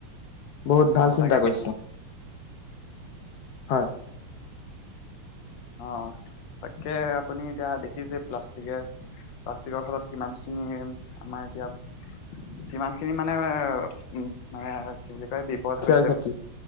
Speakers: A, on the left (about 80°); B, on the left (about 70°).
A: বহুত
B: অ
A: ভাল চিন্তা
B: তাকে কি
A: কৰিছে। হয়।
B: অ তাকে আপুনি এতিয়া দেখিছে প্লাষ্টিকে প্লাষ্টিকৰ ফলত কিমান আমাৰ এতিয়া কিমান খিনি মানে উম মানে কি বুলি তাই বিপদ
A: ক্ষয়
B: হৈছে
A: ক্ষতি